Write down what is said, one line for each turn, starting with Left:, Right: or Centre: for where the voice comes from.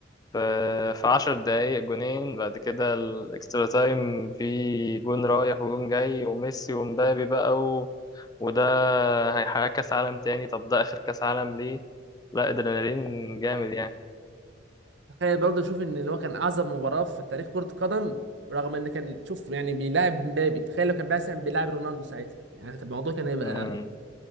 Left: ف- في 10 دقايق جونين بعد كده الاكسترا تايم في جون رايح وجون جاي وميسي ومبابي بقى و... وده هيحقق كأس عالم تاني طب ده آخر كأس عالم ليه لا ادرينالين جامد يعني
Right: تخيل برضه شوف ان هو كان اعظم مباراه في تاريخ كره القدم رغم ان كان تشوف يعني بيلاعب مبابي تخيل لو كان مثلا بيلاعب رونالدو ساعتها يعني طب الموضوع كان هيبقى
Left: مم.